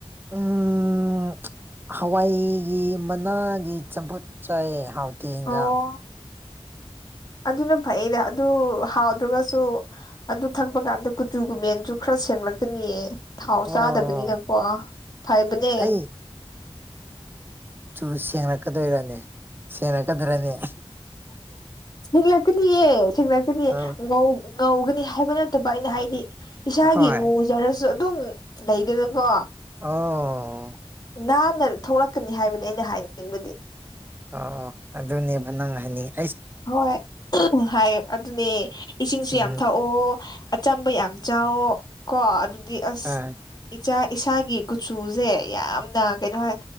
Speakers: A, on the right; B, on the left.
A: ꯎꯝ ꯍꯋꯥꯏꯒꯤ ꯃꯅꯥꯒꯤ ꯆꯝꯐꯨꯠ ꯆꯥꯏ ꯍꯥꯎꯇꯦ ꯍꯤꯟꯖꯥꯡ꯫
B: ꯑꯣ ꯑꯗꯨꯅ ꯐꯩꯗ ꯑꯗꯨ ꯍꯥꯎꯗ꯭ꯔꯒꯁꯨ ꯑꯗꯨ ꯊꯛꯄ ꯀꯥꯟꯗ ꯀꯨꯆꯨꯒꯨꯃꯦꯟꯁꯨ ꯈꯔ ꯁꯦꯡꯂꯛꯇꯅꯤꯌꯦ꯫ ꯊꯥꯎ
A: ꯑꯣ
B: ꯆꯥꯗꯕꯅꯤꯅꯀꯣ ꯐꯩꯕꯅꯦ꯫
A: ꯑꯩ ꯇꯨ ꯁꯦꯡꯔꯛꯀꯗꯣꯏꯔꯅꯤ ꯁꯦꯡꯔꯛꯀꯗ꯭ꯔꯅꯦ꯫
B: ꯁꯦꯡꯂꯛꯀꯅꯤꯌꯦ ꯁꯦꯡꯂꯛꯀꯅꯤ
A: ꯑꯥ
B: ꯉꯧ ꯉꯧꯒꯅꯤ ꯍꯥꯏꯕ ꯅꯠꯇꯕ ꯑꯩꯅ ꯍꯥꯏꯗꯤ ꯏꯁꯥꯒꯤ
A: ꯍꯣꯏ
B: ꯃꯨꯖꯔ ꯁꯨ ꯑꯗꯨꯝ ꯂꯩꯗꯅꯀꯣ
A: ꯑꯣ꯫
B: ꯅꯥꯟꯅ ꯊꯣꯛꯂꯛꯀꯅꯤ ꯍꯥꯏꯕꯅꯦ ꯑꯩꯅ ꯍꯥꯏꯅꯤꯡꯕꯗꯤ꯫
A: ꯑꯣ ꯑꯣ ꯑꯗꯨꯅꯦꯕ ꯅꯪ ꯍꯥꯏꯅꯤꯡꯏ
B: ꯍꯣꯏ ꯍꯥꯏ ꯑꯗꯨꯅꯦ ꯏꯁꯤꯡꯁꯨ
A: ꯎꯝ
B: ꯌꯥꯝ ꯊꯛꯑꯣ꯫ ꯑꯆꯝꯕ ꯌꯥꯝ ꯆꯥꯎꯋꯣ ꯀꯣ ꯑꯗꯨꯗꯤ ꯑꯁ
A: ꯑꯥ
B: ꯏꯆꯥ ꯏꯁꯥꯒꯤ ꯀꯨꯆꯨꯁꯦ ꯌꯥꯝꯅ ꯀꯩꯅꯣ ꯍꯥꯏ